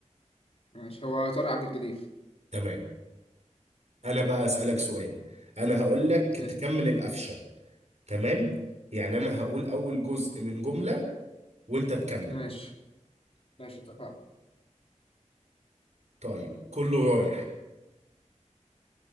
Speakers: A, on the left (about 50°); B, on the right (about 60°).
A: ماشي هو طارق عبد الجليل
B: تمام انا بقى اسألك سؤال انا هقول لك
A: يس
B: تكمل القفشة تمام يعني انا هقول اول جزء من جملة وانت تكمل
A: ماشي ماشي اتفقنا
B: طيب كله رايح